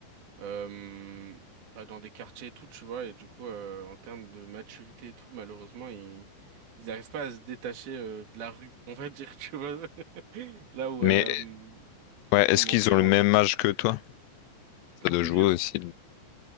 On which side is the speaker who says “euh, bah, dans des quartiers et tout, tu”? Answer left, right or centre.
Right